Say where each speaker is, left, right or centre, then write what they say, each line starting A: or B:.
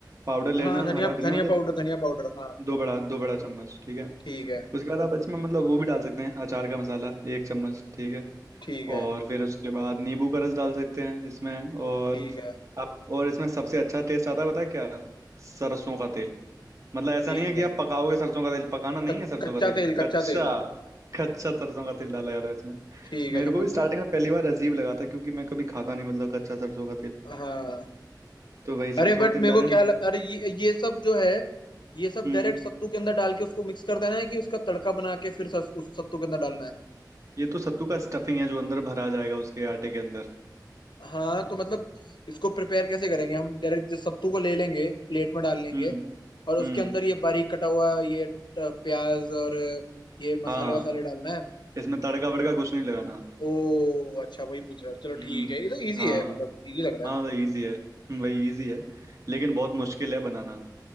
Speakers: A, on the right (about 45°); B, on the left (about 85°).
A: पाउडर लेना
B: हाँ धनिया
A: हरा धनिया
B: धनिया
A: मतलब
B: पाउडर धनिया पाउडर हाँ
A: दो बड़ा दो बड़ा चम्मच ठीक है
B: ठीक है
A: उसके बाद आप इसमें मतलब वो भी डाल सकते हैं अचार का मसाला एक चम्मच ठीक है
B: ठीक है
A: और फिर उसके बाद नींबू का रस डाल सकते हैं इसमें और
B: ठीक है
A: आप और इसमें सबसे अच्छा टेस्ट आता है पता है क्या सरसों का तेल मतलब ऐसा
B: ठीक
A: नहीं है कि
B: है
A: आप पकाओगे सरसों का तेल पकाना नहीं
B: कच-
A: है सरसों
B: कच्चा
A: का तेल
B: तेल
A: कच्चा
B: कच्चा तेल
A: कच्चा सरसों का तेल डाला जा रहा है इसमें
B: ठीक है
A: मेरे
B: समझ
A: को भी स्टार्टिंग
B: गया
A: में पहली बार अजीब लगा था क्योंकि मैं कभी खाता नहीं मतलब कच्चा सरसों का तेल
B: हाँ
A: तो वही सरसों
B: अरे बट
A: का तेल
B: मेरे
A: डाले
B: को क्या
A: ना
B: लग, अरे ये ये सब जो है ये सब
A: हम्म
B: डायरेक्ट सत्तू के अंदर डाल के उसको मिक्स कर देना है कि उसका तड़का बना के फिर सस, उस सत्तू के अंदर डालना है
A: ये तो सत्तू का स्टफिंग है जो अंदर भरा जाएगा उसके आटे के अंदर
B: हाँ तो मतलब इसको प्रिपेयर कैसे करेंगे हम डायरेक्ट सत्तू को ले लेंगे प्लेट में डाल लेंगे
A: हम्म
B: और उसके
A: हम्म
B: अंदर ये बारीक कटा हुआ ये ट- प्याज और ये
A: हाँ
B: मसाले वसाले डालना है
A: इसमें तड़का वड़का कुछ नहीं लगाना
B: ओ अच्छा वही पूछ रहा है चलो
A: हम्म
B: ठीक है ये तो इजी
A: हाँ
B: है मतलब इजी लग रहा
A: हाँ
B: है
A: तो इजी है हम्म, वही इजी है लेकिन बहुत मुश्किल है बनाना